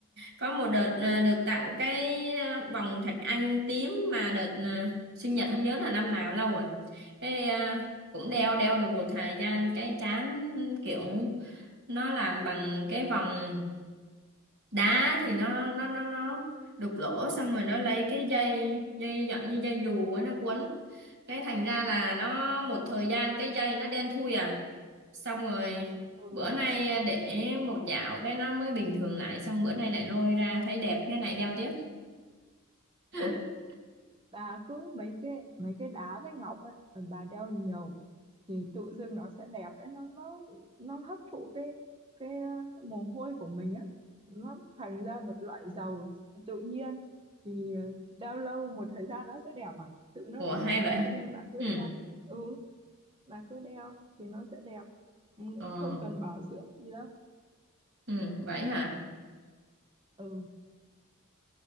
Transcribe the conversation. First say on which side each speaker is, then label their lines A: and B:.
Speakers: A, on the right; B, on the right.
A: có một đợt à, được tặng cái à, vòng thạch anh tím mà đợt à, sinh nhật không nhớ là năm nào lâu rồi cái à, cũng đeo đeo được một thời gian cái chán kiểu nó làm bằng cái vòng đá thì nó nó nó nó đục lỗ xong rồi nó lấy cái dây dây dạng như dây dù ấy, nó quấn cái thành ra là nó một thời gian cái dây nó đen thui à xong rồi
B: ừ
A: bữa nay để một dạo cái nó mới bình thường lại xong bữa nay lại lôi ra thấy đẹp cái này đeo tiếp <laughs>
B: bà cứ mấy cái mấy cái đá với ngọc ấy ờ, bà đeo nhiều thì tự dưng nó sẽ đẹp ấy nó nó nó hấp thụ cái cái ờ, mồ hôi của mình á nó thành ra một loại dầu tự nhiên thì ờ, đeo lâu một thời gian nó sẽ đẹp à tự nó
A: ủa
B: đẹp
A: hay
B: à
A: vậy
B: cho nên bà cứ
A: ừ.
B: đeo ừ bà cứ đeo thì nó sẽ đẹp Ừ,
A: ờ
B: không cần bảo dưỡng gì đâu
A: ừ. vậy hả
B: ừ